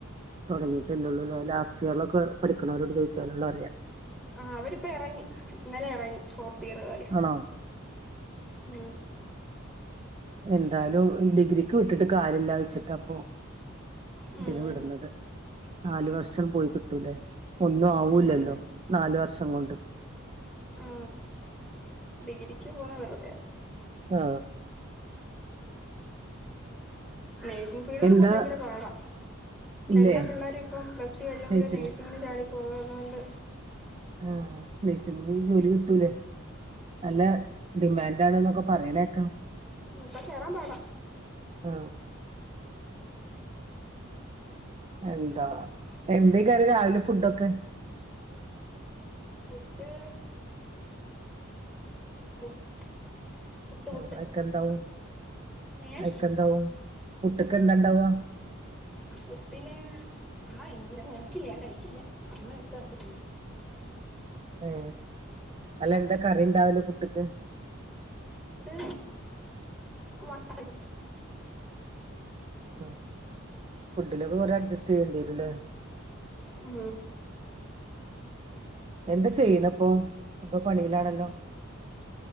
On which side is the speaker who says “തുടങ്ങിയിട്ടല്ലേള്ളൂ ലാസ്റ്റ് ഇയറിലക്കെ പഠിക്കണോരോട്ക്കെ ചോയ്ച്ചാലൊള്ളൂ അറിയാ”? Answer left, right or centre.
Right